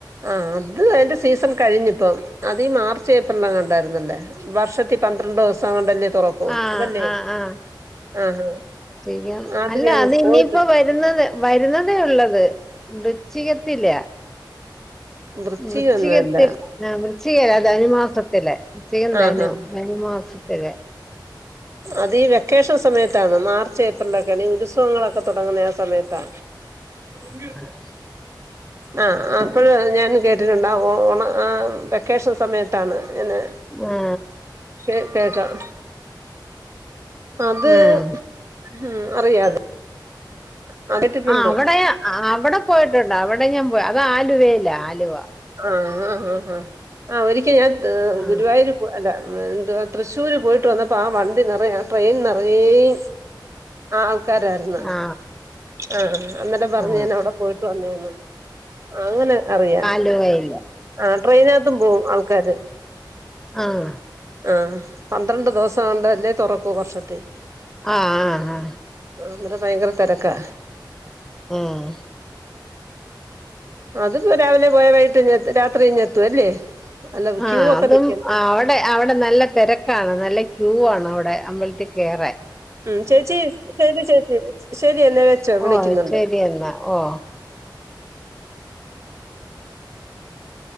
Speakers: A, on the right (about 40°); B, in the centre.
A: ആഹ് അത് അതിന്റെ സീസൺ കഴിഞ്ഞിപ്പം അത് ഈ മാർച്ച് ഏപ്രിലിൽ എങ്ങാണ്ടും ആരുന്നല്ലേ? വർഷത്തി പന്ത്രണ്ട് ദെവസങ്ങണ്ടല്ലേ തൊറ ഓഹ്
B: ആ
A: അതല്ലേ
B: ആ ആ
A: ആഹ്
B: ശരിക്കും
A: ആ അത്
B: അല്ല
A: ഞാൻ പോയിട്ട്
B: ഇനിയിപ്പോ വരുന്നത് വരുന്നതേ ഒള്ളത് വൃശ്ചികത്തില.
A: വൃശ്ചികം
B: വൃശ്ചികത്തി
A: ഒന്നും അല്ല
B: ആ വൃശ്ചികല്ല ധനുമാസത്തില്. വൃശ്ചികം
A: ആഹ്
B: ധനു
A: ആഹ്
B: ധനുമാസത്തില്
A: അത്ഈ വെക്കേഷൻ സമയത്താണ് മാർച്ച് ഏപ്രിലൊക്കെ ഈ ഉത്സവങ്ങളൊക്കെ തുടങ്ങുന്ന ആ സമയത്താണ്. <unintelligible>
B: <inaudible>
A: ആഹ് അപ്പോഴ ഞാനും കേട്ടിട്ടുണ്ട് ആ ഓണ ആ വെക്കേഷൻ സമയത്താണ് ഇങ്ങനെ
B: ഓഹ്
A: ഹ് കേൾക്കാം അത്
B: ഉം
A: ഉം അറിയാത് ആ കേട്ടിട്ടുണ്ട്
B: ആഹ് അവിടെയ അവിടെ പോയിട്ടുണ്ട് അവിടെ ഞാൻ പോ അത് ആലുവയില ആലുവ.
A: ആഹ ആഹ ആ ആ ആഹ് ഒരിക്കൽ ഞാൻ
B: ആ
A: ഗുരുവായൂര് അല്ല എന്തുവ തൃശ്ശൂര് പോയിട്ട് വന്നപ്പോ ആ വണ്ടി നിറെ ആ ട്രെയിൻ നിറേയും ആ ആൾക്കാരായിരുന്നു
B: ആ
A: ആഹ് അന്നേരെ പറഞ്ഞ്
B: ആ
A: ഞൻ അവിടെ പോയിട്ട് വന്നേയാന്ന്. അങ്ങനെ അറിയാ.
B: ലോ യില്ല
A: ആഹ് ട്രെയിനാത്തും പോവും ആൾക്കാര്.
B: ആഹ്
A: ആഹ് പന്ത്രണ്ട് ദെവസ ങ്ങണ്ടല്ലേ തൊറക്കൂ വർഷത്തി
B: ആഹ ആ ആ
A: അതന്നര ഭയങ്കര തെരക്കാ
B: ഉം
A: അതിപ്പോ രാവിലെ പോയ വൈകിട്ട്ങ്ങത്തു രാത്രി ഇങ്ങേത്തൂലെ അല്ലേ അല്ല
B: ആ
A: ക്യൂ ഒക്കെ
B: അതും
A: നിൽക്കണ്ടേ?
B: അവിടെ അവിടെ നല്ല തിരക്കാണ് നല്ല ക്യൂ ആണ് അവിടെ അമ്പലത്തിൽ കയറാൻ
A: ഉം ചേച്ചി ശരി ചേച്ചി ശരി എന്നെ വെച്ചോ
B: ഓ
A: വിളിക്കുന്നുണ്ട്
B: ശരി എന്നാ ഓ